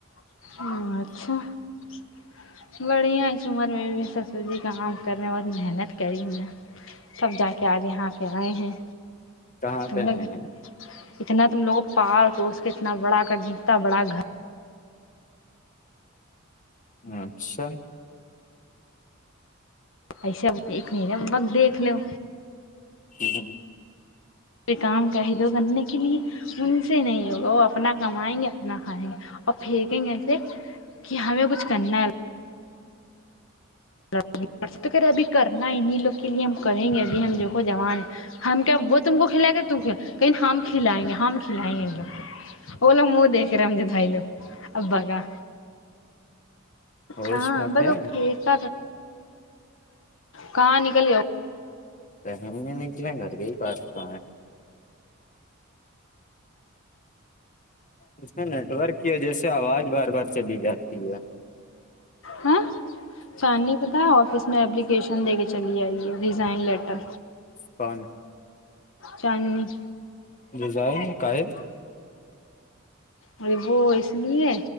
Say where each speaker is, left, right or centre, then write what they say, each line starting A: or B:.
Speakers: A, on the left; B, on the left.
A: <unintelligible> بڑھیا ہے سومر میں بھی سب سوزی کا کام کرنے بہت محنت کری میں تب جا کے آج یہاں پہ آئے ہیں
B: کہاں
A: تم
B: پہ آئے
A: لوگ اتنا تم لوگوں پارک اس کے اتنا بڑا کر اتنا بڑا گھر
B: اچھا
A: ایسے اب ایک نہیں رہا بق دیکھ لو
B: <unintelligible>
A: م کام قہید کرنے کے لیے ان سے نہیں ہوگا وہ اپنا کمائیں گے اپنا کھائیں گے اور پھینکیں گے ایسے کہ ہمیں کچھ کرنا ہے ہ رہے ابھی کرنا ہے انیں لوگ کے لیے ہم کریں گے ابھی ہم جو جوان ہے ہم کیا وہ تم کو کھلا گ ت کہ ہم کھلائیں گے ہم کھلائیں گے ان لوگ کو وہ لوگ م دیکھے رہا رمج بھائی لو اببا کا
B: ہوش
A: ہاں
B: میں
A: بسیک
B: تھے
A: کہاں نکل گیاؤ
B: ہم نے ن کیالا گھر کے ہی پاس تو اس میں نیٹ ورک کی وجہ سے آواز بار بار چلی جاتی ہے
A: ہاں چان نہیں پتا آفس میں اپلیکیشن دے کے چلی آئی ریزائن لیٹر
B: کون
A: چاندنیی
B: جزائن کا ہے
A: ا وہ اس لیے